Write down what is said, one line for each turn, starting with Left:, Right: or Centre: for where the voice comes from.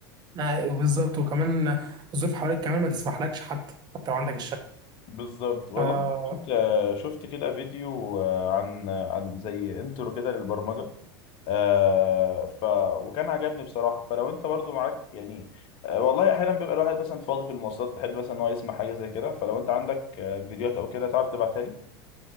Right: آه، بالظبط وكمان الظروف حواليك كمان ما تسمحلكش حتى حتى لو عندك
Left: بالظبط والله
Right: الشغف
Left: كنت آه، شفت كده فيديو آه، عن عن زي انترو كده للبرمجه آه ف وكان عجبني بصراحه فلو انت برضو معاك يعني آه والله احيانا بيبقى الواحد مثلا فاضي في المواصلات بحب مثلا ان هو يسمع حاجه زي كده فلو انت عندك آه فيديوهات او كده تعرف تبعتها لي